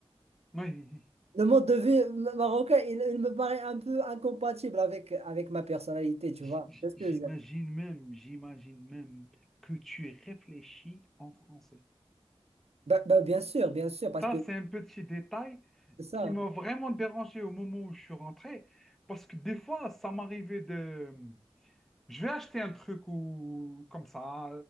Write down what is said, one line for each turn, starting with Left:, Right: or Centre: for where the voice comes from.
Centre: Oui,
Right: le mode de vie ma- marocain, il, il me paraît un peu incompatible avec, avec ma personnalité, tu
Centre: j-
Right: vois.
Centre: j-
Right: Qu'est-ce que
Centre: j'imagine
Right: je veux dire
Centre: même, j'imagine même que tu réfléchis en français.
Right: Ben- ben, bien sûr, bien sûr, parce
Centre: Ça,
Right: que
Centre: c'est un petit détail
Right: c'est ça.
Centre: qui
Right: hein.
Centre: m'a vraiment dérangé au moment où je suis rentré, parce que des fois, ça m'arrivait de... Je vais acheter un truc ou comme ça,